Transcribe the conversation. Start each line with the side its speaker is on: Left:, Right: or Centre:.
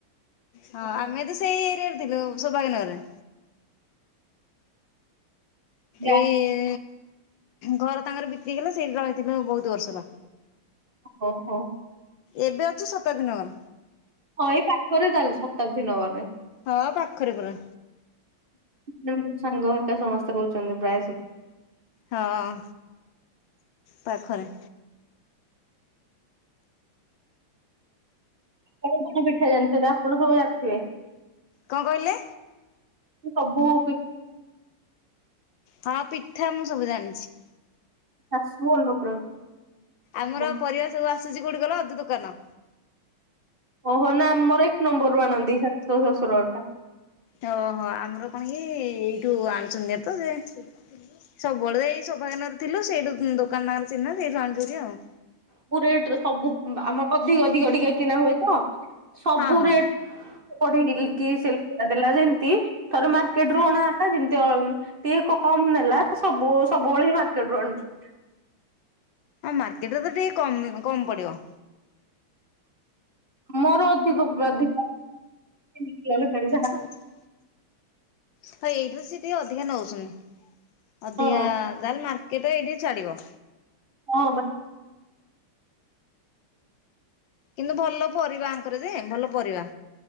Left: ହଁ ଆମେ ତ ସେଇ ଏରିଆ ରେ ଥିଲୁ ସୌଭାଗ୍ୟ ନଗରରେ।
Right: ଜାଣିଲି।
Left: ଏଇ ଘର ତାଙ୍କର ବିକ୍ରି ହେଲା ସେଇଟି ରହିଥିଲୁ ବହୁତ ବର୍ଷ ହେଲା।
Right: ଓ ହୋ ହୋ।
Left: ଏବେ ଅଛୁ ଶତାଦ୍ଦିନଗର।
Right: ହଁ ଏଇ ପାଖରେ ତାହେଲେ ଶତାବ୍ଦୀ ନଗରେ।
Left: ହଁ ପାଖରେ ପୁରା।
Right: ଯେମିତିସାଙ୍ଗ ହେରିକା ସମସ୍ତେ ରହୁଚନ୍ତି ପ୍ରାୟେ ସବୁ।
Left: ହଁ ପାଖରେ।
Right: କଣ କଣ ପିଠା ଜାଣିଚନ୍ତି ଆପଣ ବହୁତ ଜାଣିଥିବେ।
Left: କଣ କହିଲେ?
Right: ସବୁ ପି
Left: ହଁ ପିଠା ମୁଁ ସବୁ ଜାଣିଛି।
Right: ଶାଶୁ ଭଲ କରନ୍ତି।
Left: ଆମର
Right: ମତେ
Left: ପରିବା ସବୁ ଆସୁଚି କୋଉଠି କହିଲ ଅଜୁ ଦୋକାନ।
Right: ଓହୋ ନା ଆମର ଏକ ନମ୍ବରରୁୁ ଆଣନ୍ତି ସାଶୁ ଶଶୁର ହେରିକା।
Left: ଓହୋ ଆମର କଣ କି ଏଇଠୁ ଆଣୁଚନ୍ତି ତ ଯେ ସବୁବେଳେ ଏଇ ଶୌଭାଗ୍ୟନଗର ଥିଲୁ ସେଇଟୁ ଦୋକାନ ତାଙ୍କରଚିହ୍ନା ସେଇଟୁ ଆଣୁଚୁନ୍ତି ଆଉ।
Right: ସବୁ ରେଟରେ ସବୁ ଆମ ଅଧିକ ଅଧିକ ଟିକେ କିଣା ହୁଏ ତ ସବୁ
Left: ହଁ ହଁ
Right: ରେଟ୍ କଢେଇଗିରିକିସେଲଫଟା ଦେଲା ଯେ ଏମିତି ଥରେ ମାର୍କେଟ ରୁ ଅଣା ହେଲା ଯେମିତି ଅଁ ଟିକେ କମ ନେଲା ସବୁ ସବୁବେଳେ ମାର୍କେଟ ରୁ ଆଣୁଛୁ।
Left: ଅଁ ମାର୍କେଟରେ ତ ଟିକେ କମ କମ ପଡିବ।
Right: ମୋର ଅଧିକ ଉପ ଅଧିକ <unintelligible>
Left: <unintelligible> ଆଁ ଏଇଠୁ ସେଟିକେ ଅଧିକା ନଉଛନ୍। ଅଧିକା
Right: ହଁ
Left: ଯାହେଲେ ମାର୍କେଟ ଏଇଠିକି ଛାଡ଼ିବ।
Right: ହଁବା
Left: କିନ୍ତୁ ଭଲ ପରିବା ଆଙ୍କରଯେ ଭଲ ପରିବା।